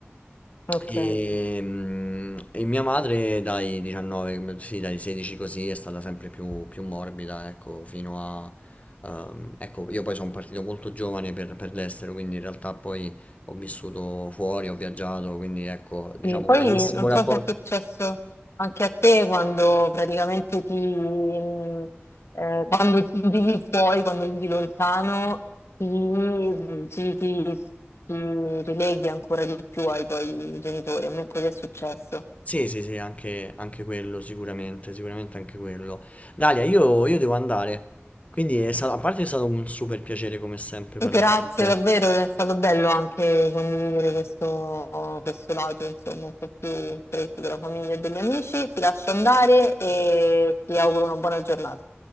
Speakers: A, on the left (about 80°); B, on the left (about 35°).
A: ok.
B: E, mm, e mia madre dai 19, sì, dai 16 così è stata sempre più, più morbida, ecco, fino a Ehm, ecco, io poi sono partito molto giovane per, per l'estero, quindi in realtà poi ho vissuto fuori, ho viaggiato, quindi ecco, diciamo,
A: Sì, poi
B: un bellissimo
A: non
B: rapporto.
A: so se è successo anche a te quando praticamente ti, mh, eh, quando vivi fuori, quando vivi lontano, ti, mh, ti- ti- ti rileghi ancora di più ai tuoi genitori. A me così è successo.
B: Sì, sì, sì, anche, anche quello, sicuramente, sicuramente anche quello. Dalia, io, io devo andare, quindi è stato- a parte è stato un super piacere come sempre parlare
A: Grazie
B: con te.
A: davvero, è stato bello anche condividere questo, questo lato, insomma, un po' più stretto della famiglia e degli amici. Ti lascio andare e ti auguro una buona giornata.